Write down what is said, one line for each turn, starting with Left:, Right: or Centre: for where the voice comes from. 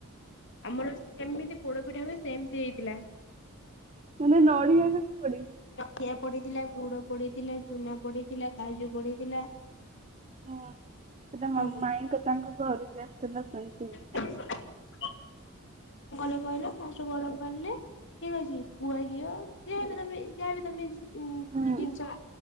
Left: ଆମର ସେମିତି ପୋଡ ପିଠା ହୁଏ ସେମିତି ହେଇଥିଲା।
Right: ମାନେ ନଡିଆ ନା କୁଡେ।
Left: ନଖିଆ ପଡିଥିଲା ଗୁଡ ପଡିଥିଲା ଚୁନା ପଡିଥିଲା କାଜୁ ପଡିଥିଲା।
Right: ହୁଁ ସେଟା
Left: ସବୁ।
Right: ମାଇଁଙ୍କ
Left: ମାନେ
Right: ତାଙ୍କ ଘରୁ ବି ଆସିଥିଲା ସେମିତି।
Left: <unintelligible> ଠିକ୍ ଅଛି ଗୁଆ ଘିଅ ଯାହାବି ତମେ ଯାହାବି ତମେ ଉ
Right: ହୁଁ
Left: ଜିନିଷ